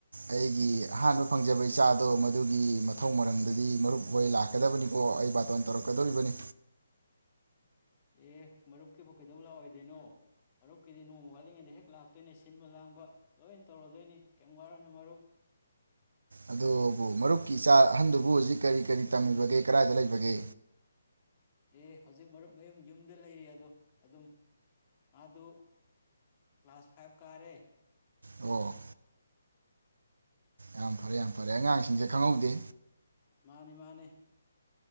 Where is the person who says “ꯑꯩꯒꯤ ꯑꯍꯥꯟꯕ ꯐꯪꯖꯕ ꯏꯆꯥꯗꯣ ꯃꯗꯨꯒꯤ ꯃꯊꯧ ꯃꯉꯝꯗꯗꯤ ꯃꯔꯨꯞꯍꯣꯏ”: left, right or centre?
Right